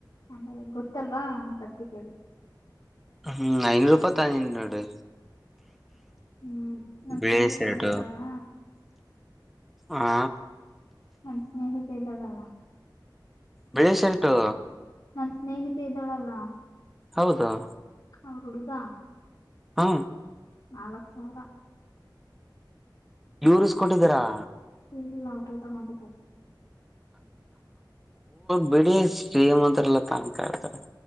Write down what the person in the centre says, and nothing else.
ಹ್ಮ್ ಐನೂ ರೂಪಾಯಿ ತಿ ನೋಡಿ
ಬಳೇಶರಟ
ಹಾ
ಬಿಳಿ ಶರ್ಟು
ಹೌದಾ
ಹಾ
ಇೂಸ್ಕೊಟ್ಟಿದ್ದೀರಾ
ಬಿಡಿ ಶ್ರೀಮದ್ರಲ್ಲ ತಾಣ್ತಾ ಇತಾರೆ